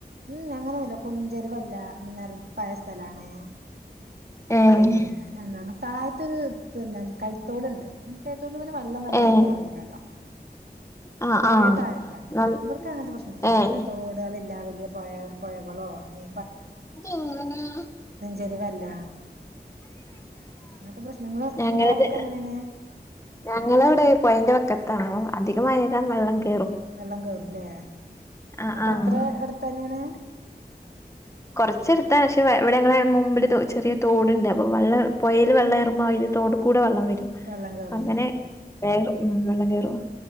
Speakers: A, on the right (about 70°); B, on the left (about 15°).
A: ഉം അങ്ങനൊന്നല്ല കുൻ ചെരിവല്ല നെരപ്പായ സ്ഥലാണ്
B: ഏഹ്
A: പിന്നെ എന്തണ് താഴ്ത്തൊര് ത്തണ് കൈത്തോട്ണ്ട് <inaudible> വെള്ളം വല്ലാതെ
B: ഏഹ്
A: കേറീലല്ലോ
B: ആഹ്
A: കൊറെ
B: ആഹ്
A: താഴ്ത്താണ്
B: നൽ
A: ഇവട്ക്ക് അങ്ങൻത്തെ പ്രശ്നൊന്നുല്ല
B: ഏഹ്
A: തോടേളില്ല വല്ല്യ പൊഴ പൊഴകളോ നീ
B: <unintelligible>
A: ചെരിവല്ല അങ്ങനത്തെ പ്രശ്നങ്ങള് നിങ്ങളെ
B: ഏഹ്ഞങ്ങൾത്
A: അവിടക്ക് എങ്ങനെയാണ്
B: ഞങ്ങളിവടെ പൊഴന്റെ വക്കത്താ അധികം മഴയ്താൽ വെള്ളം കേ-
A: വെള്ളം കേറുംലേ
B: ആഹ്
A: അപ്പ
B: ആഹ്
A: അത്രേ അടുത്തന്നേണ്
B: കൊറ്ച്ച് എടുത്താണ് ക്ഷെ ഇവിടെ ഞങ്ങടെ മുമ്പില് തോ ചെറിയ തോട്ണ്ട് അപ്പോ വെള്ള പ്പൊഴേല് വെള്ളം ഏറുമ്പോ തോട്ട് കൂ- ലുടെ വെള്ളം വരും
A: വെള്ളം കേറൂല്ലേ
B: അങ്ങനെ വേഗം വെള്ളം കേറും